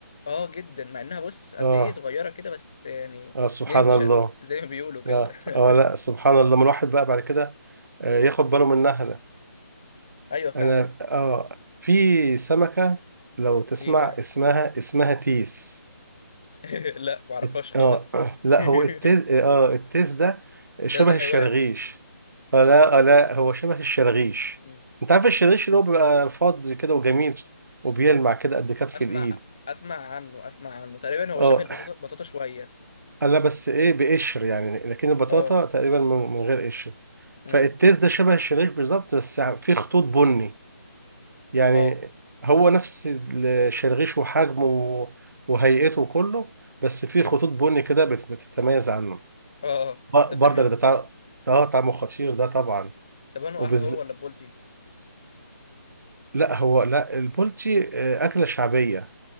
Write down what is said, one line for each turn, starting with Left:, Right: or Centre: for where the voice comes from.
Left: اه جدا مع انها بص قد
Right: اه
Left: ايه صغيره كده بس يعني
Right: اه سبحان
Left: نينجا
Right: الله
Left: زي ما بيقولوا كده
Right: اه اه لا
Left: <laughs>
Right: سبحان الله ما الواحد بقى بعد كده آه ياخد باله منها ده
Left: ايوه فعلا
Right: انا اه في سمكة لو تسمع
Left: ايه بقى
Right: اسمها اسمها تيس
Left: <laughs> لا معرفهاش
Right: الت...
Left: خالص
Right: اه <clears throat> لا
Left: <laughs>
Right: هو التيس اه التيس ده شبه
Left: ده ده حيوان
Right: الشرغيش اه لا اه لا هو شبه الشرغيش
Left: مم.
Right: انت عارف الشرغيش اللي هو بيبقى فاضي كده وجميل وبيلمع كده قد كف
Left: اسمع
Right: الايد
Left: اسمع عنه اسمع عنه تقريبا هو
Right: اه
Left: شبه البطاطا بطاطا شويه
Right: انا بس ايه بقشر يعني لكن البطاطا
Left: اه
Right: تقريبا من من غير قشر
Left: امم
Right: فالتيس ده شبه الشريش بالظبط بس فيه خطوط بني يعني
Left: اه
Right: هو نفس الشريش وحجمه و- وهيئته كله بس فيه
Left: امم
Right: خطوط بني كده بت- بتتميز عنه
Left: اه اه
Right: ب-
Left: ده
Right: برضك
Left: ده حلو
Right: ده طع- ده اه طعمه خطير ده طبعا
Left: طب انا
Right: وبز...
Left: احلى هو ولا بولتي
Right: لا هو لا البولتي آه، أكلة شعبية